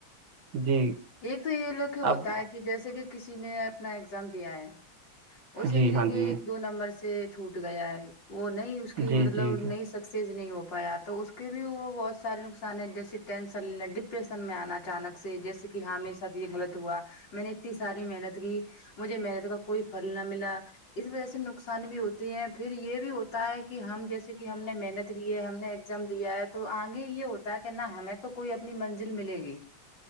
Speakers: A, on the right; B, on the left.
A: جی
B: ایک تو یہ لوگ کہ ہوتا
A: اب
B: ہے کہ جیسے کہ کسی نے اپنا ایگزام دیا ہے اسے
A: جی
B: لے
A: ہاں
B: کے
A: جی
B: ایک دو نمبر سے سے چھوٹ گیا ہے وہ نہیں اس کی
A: جی
B: مطلب
A: جی جی
B: نئی سکسیز نہیں ہو پایا تو اس کے بھی وہ بہت سارے نقصان ہیں جیس ٹینشن ڈپریشن میں آنا اچانک سے جیسے کہ ہاں میرے سات یہ غلط ہوا میں نے اتنی ساری محنت گ مجھے محنت کا کوئی پھل نہ ملا اس وجہ سے نقصان بھی ہوتی ہے پھر یہ بھی ہوتا ہے کہ ہم جیسے کہ ہم نے محنت کی ہے ہم نے ایگزام دیا ہے تو آگے یہ ہوتا ہے کہ نا ہمیں تو کوئی اپنی منزل ملے گی